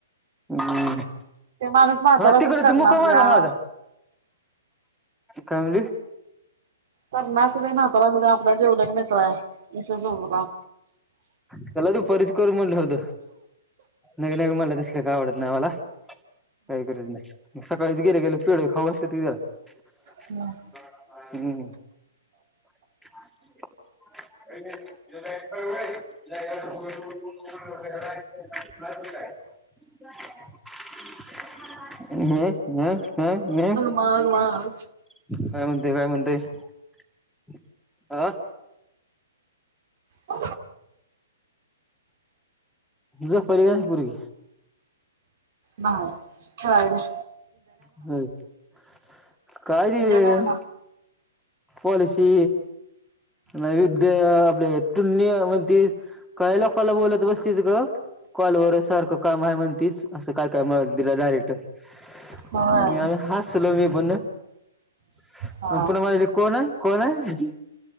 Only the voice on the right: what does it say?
ते माणूस म्हातारा
सुद्धा करणार
तरणा असू दे म्हातारा असू दे आपला जिवलग मित्र हाय विषय संपला.
मग
मग मग
अ
हा, ठेवाय जा.
विद्यालय म्हणा
होय
हा